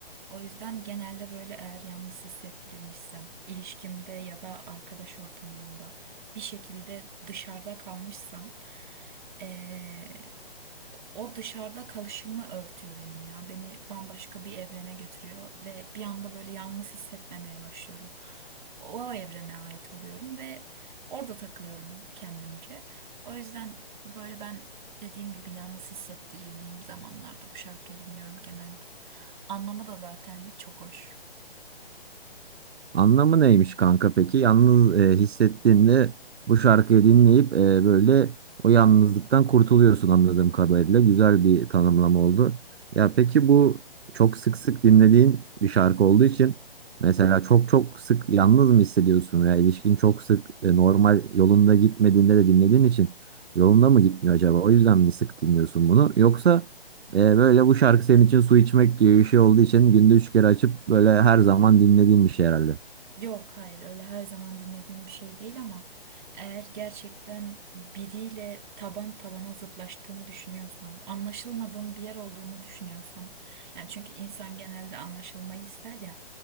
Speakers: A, on the right; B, on the right.
A: O yüzden genelde böyle eğer yalnız hissettirilmişsem, ilişkimde ya da arkadaş ortamında bir şekilde dışarıda kalmışsam e, o dışarıda kalışımı örtüyor benim ya. Beni bambaşka bir evrene götürüyor ve bir anda böyle yalnız hissetmemeye başlıyorum. O evrene ait oluyorum ve orada takılıyorum kendimce. O yüzden böyle ben dediğim gibi yalnız hissettirildiğim zamanlarda bu şarkıyı dinliyorum genelde. Anlamı da zaten çok hoş.
B: Anlamı neymiş kanka peki? Yalnız e, hissettiğinde bu şarkıyı dinleyip e, böyle o yalnızlıktan kurtuluyorsun anladığım kadarıyla. Güzel bir tanımlama oldu. Ya peki bu çok sık sık dinlediğin bir şarkı olduğu için mesela çok çok sık yalnız mı hissediyorsun veya ilişkin çok sık e, normal yolunda gitmediğinde de dinlediğin için yolunda mı gitmiyor acaba? O yüzden mi sık dinliyorsun bunu? Yoksa e, böyle bu şarkı senin için su içmek gibi bir şey olduğu için günde üç kere açıp böyle her zaman dinlediğim bir şey herhalde.
A: Yok hayır öyle her zaman dinlediğim bir şey değil ama eğer gerçekten biriyle taban tabana zıtlaştığımı düşünüyorsam, anlaşılmadığım bir yer olduğunu düşünüyorsam, yani çünkü insan genelde anlaşılmayı ister ya,